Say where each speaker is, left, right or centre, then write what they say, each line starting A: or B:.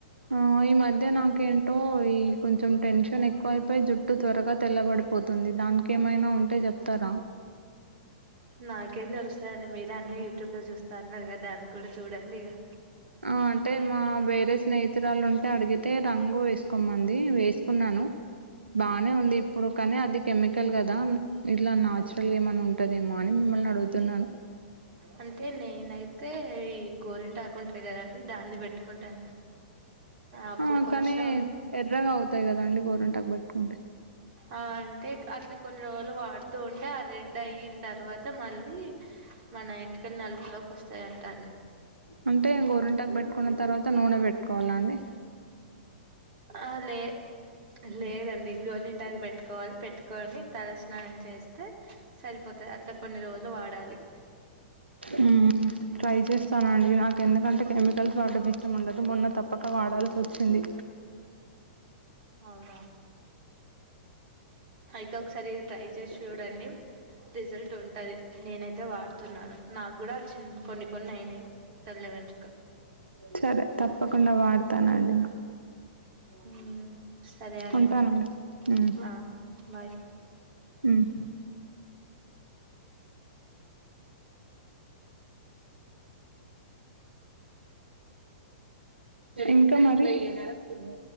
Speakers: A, on the right; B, on the right.
A: ఆ ఈ మధ్య నాకేంటో ఈ కొంచెం టెన్షన్ ఎక్కువై వై జుట్టు త్వరగా తెల్లబడిపోతుంది దాన్కేమైనా ఉంటే జెప్తారా
B: నాకేం తెలుస్తదండి మీరే అన్ని యూట్యూబ్ లో జూస్త అన్నారు గదా దాన్ డిగా
A: అ అంటే మా వేరే స్నేహితురాలుంటే అడిగితే రంగు వేస్కోమంది వేస్ కున్నాను బానే ఉంది ఇప్పుడు కని అది కెమికల్ గదా ఇట్లా నాన్చురల్ ఏమన్నా ఉంటదేమో అని మిమ్మల్ని అడుగుతున్నాను
B: అంటె నేనై ఐతే ఈ గోరింటాకుంటది గదండి దాన్ని పెట్టుకుంటా అప్పుడు
A: ఆ
B: కొంచం
A: కానీ ఎర్రగా అవుతాయి కదండి గోరింటాకు పెట్టుకుంటే
B: ఆ అంటే అట్లా కొన్ని రోజులు వాడుతూ ఉంటే ఆ రెడ్ ఐ తర్వాత మళ్ళీ మన ఇంటికలు నలుపులోకి ఒస్తాయి అంటా
A: అంటే గోరింటాకు పెట్టుకున్న తర్వాత నూనె పెట్టుకోవాలా అండి
B: అ లేే లేదండి గోరింటాక్ పెట్టుకోవాలి పెట్టుకోని తలస్నానం చేస్తే సరిపోతది అట్ల కొన్ని రోజులు వాడాలి
A: ఉమ్ ట్రై చేస్తానండి నాకు ఎందుకంటే కెమికల్స్ వాడం ఇష్టం ఉండదు మొన్న తప్పక వాడాల్సి ఒచ్చింది
B: ఔన ఐతే ఒకసారి ఇది ట్రై చేసి చూడండి రిజల్ట్ ఉంటది నేనైతే వాడుతున్నాను నాకు కూడా చిన్న కొన్ని కొన్ని అయినాయి తెల్ల వెంట్రుకలు
A: సరే తప్పకుండ వాడుత్ త్తనండి
B: ఉమ్ సరే అండి
A: ఉంటానండి
B: మరి అ బయ్
A: ఉమ్ ఇంక మరి కిరాక్ ఉంది.